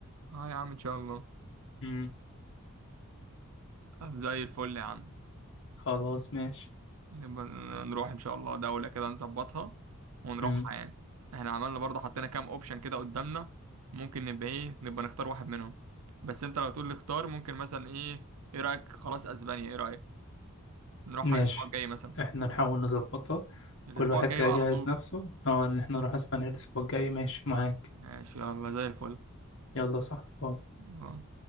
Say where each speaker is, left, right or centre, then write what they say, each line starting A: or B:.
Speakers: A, on the right (about 85°); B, on the left (about 60°).
A: اه يا عم ان شاء الله
B: امم
A: زي الفل يا عم
B: خلاص ماشي
A: نبقى نروح ان شاء الله دولة كده نظبطها ونروحها
B: امم
A: يعني احنا عملنا برضه حطينا كام اوبشن كده قدامنا ممكن نبقى ايه نبقى نختار واحد منهم بس انت لو تقول لي اختار ممكن مثلا ايه ايه رأيك خلاص اسبانيا ايه رأيك نروحها
B: ماشي
A: الاسبوع الجاي مثلا
B: احنا نحاول نظبطها
A: الاسبوع
B: كل واحد
A: الجاي
B: كده
A: بقى
B: يجهز
A: على طول
B: نفسه اه ان احنا نروح اسبانيا الاسبوع الجاي ماشي معاك
A: ماشي يلا زي الفل
B: يلا يا صاحبي باي.
A: آه.